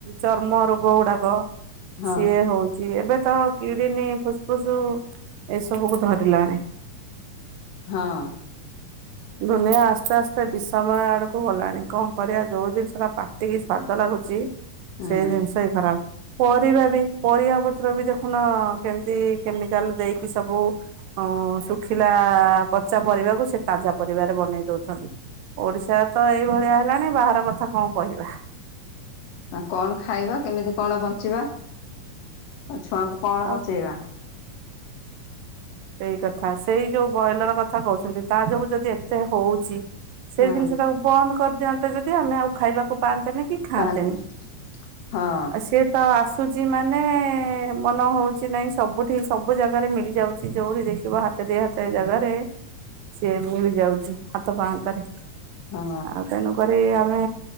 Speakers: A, on the right (about 85°); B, on the left (about 80°).
A: ଚର୍ମ ରୋଗ ଗୁଡ଼ାକ
B: ହଁ
A: ସିଏ ହଉଛି ଏବେ ତ କିଡିନି, ଫୁସଫୁସ୍ ଏସବୁକୁୁ ଧରିଲାଣି।
B: ହଁ।
A: ଦୁନିଆ ଆସ୍ତେ ଆସ୍ତେ ବିଷମୟ ଆଡକୁ ଗଲାଣି କଣ କରିବା ଯୋଉ ଜିନିଷଟା ପା ଟିକେ ସ୍ଵାଦ ଲାଗୁଛି
B: ହୁଁ
A: ସେଇ ଜିନିଷ ହିଁ ଖରାପ। ପରିବା ବି ପରିବା ପତ୍ର ବି ଦେଖୁନ କେମିତି କେମିକାଲ ଦେଇକି ସବୁ ହଁ, ଶୁଖିଲା ପଚା ପରିବାକୁ ସେ ତାଜା ପରିବାରେ ବନେଇ ଦଉଛନ୍ତି ଓଡିଶା ତ ଏଇଭଳିଆ ହେଲାଣି ବାହାର କଥା କଣ କହିବା।
B: ନା କଣ ଖାଇବା, କେମିତି କଣ ବଞ୍ଚିବା, ଆଉ ଛୁଆଙ୍କୁ କଣ
A: ଆଉ।
B: ବଞ୍ଚେଇବା।
A: ସେଇ କଥା ସେଇ ଯୋଉ ବଇଲର କଥା କହୁଛନ୍ତି ତା ଯୋଗୁ ଯଦି ଏତେ ହଉଛି ସେଇ
B: ହଁ
A: ଜିନିଷ ଟାକୁ ବନ୍ଦ କରିଦିଅ ଯଦି ଆମେ ଆଉ ଖାଇବାକୁ ପାଆନ୍ତେନି କି ଖାଆନ୍ତେନି,
B: ପାଆନ୍ତିନି ହଁ
A: ଆଉ ସେ ତ ଆସୁଛି ମାନେ ମନ ହଉଛି ନାଇଁ ସବୁଠି ସବୁ ଜାଗାରେ ମିଳିଯାଉ କିଛି ଜୋଉ ବି ଦେଖିବ ହାତେ ଦି ହାତେ ଜାଗାରେ ସିଏ ମିଳିଯାଉଛି ହାତ ପାହାନ୍ତାରେ
B: ହଁ
A: ଆଉ ତେଣୁକରି ଆମେ